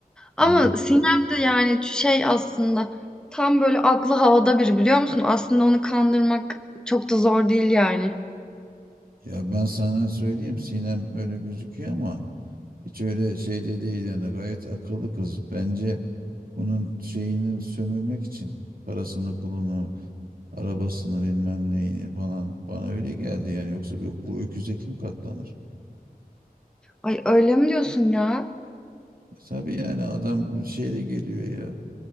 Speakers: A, in the centre; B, on the right.
A: Ama
B: Ya bu
A: Sinem de yani şey aslında tam böyle aklı havada biri biliyor musun? Aslında onu kandırmak çok da zor değil yani.
B: ya ben sana söyleyeyim Sinem öyle gözüküyor ama hiç öyle şeyde değil yani gayet akıllı kız. Bence bunun şeyini sömürmek için parasını pulunu arabasını bilmem neyini falan bana öyle geldi yani yoksa bu, bu öküze kim katlanır?
A: Ay öyle mi diyorsun ya?
B: E tabii yani adam şeyle geliyor ya.